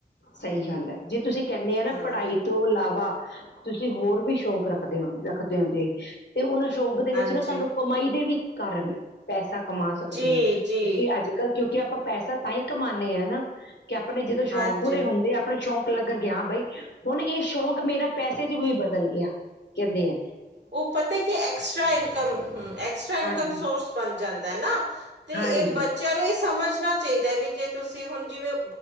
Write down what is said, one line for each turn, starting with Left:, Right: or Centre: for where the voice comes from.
Left: ਸਹੀ ਗੱਲ ਹੈ ਜੇ ਤੁਸੀਂ ਕਹਿੰਨੇ ਆ ਨਾ
Right: ਹਾਂ
Left: ਪੜਾਈ, ਤੋਂ ਇਲਾਵਾ, ਤੁਸੀਂ ਹੋਰ ਵੀ ਸ਼ੌਕ ਰੱਖ- ਰੱਖਦੇ ਹੁੰਦੇ, ਤੇ ਉਹਨਾਂ ਸ਼ੌਕ ਦੇ
Right: ਹਾਂਜੀ
Left: ਵਿੱਚ ਨਾ ਤੁਹਾਨੂੰ ਕਮਾਈ ਦੇ ਵੀ ਕਾਰਨ ਏ। ਪੈਸਾ ਕਮਾ ਸਕਦੇ
Right: ਜੀ
Left: ਹੋ, ਕਿਉਂਕਿ
Right: ਜੀ
Left: ਅੱਜ ਕੱਲ ਕਿਉਂਕਿ ਆਪਾਂ ਪੈਸਾ ਤਾਂ ਹੀ ਕਮਾਂਨੇ ਹਾਂ ਨਾ, ਕਿ ਆਪਣੇ ਜਦੋਂ
Right: ਹਾਂਜੀ
Left: ਸ਼ੌਂਕ ਪੂਰੇ ਹੁੰਦੇ ਆ, ਆਪਣੇ ਸ਼ੌਂਕ- ਲੱਗਣਗੇ ਹਾਂ ਬਾਈ ਹੁਣ ਇਹ ਸ਼ੌਕ ਮੇਰਾ ਪੈਸੇ ਚ ਵੀ ਬਦਲ ਗਿਆ, ਕਹਿੰਦੇ ਐ।
Right: ਉਹ ਪਤਾ ਕਿ ਐਕਸਟਰਾ ਇਨਕਮ ਹੂੰ ਐਕਸਟਰਾ
Left: ਹੈ
Right: ਇਨਕਮ
Left: ਹਾਂਜੀ
Right: ਸੋਰਸ ਬਨ ਜਾਂਦਾ ਏ ਨਾ। ਤੇ
Left: ਹਾਂਜੀ
Right: ਇਹ ਬੱਚ- ਬੱਚਿਆਂ ਨੂੰ ਇਹ ਸਮਝਣਾ ਚਾਹੀਦਾ ਹੈ ਵੀ ਜੇ ਤੁਸੀਂ ਹੁਣ ਜਿਵੇਂ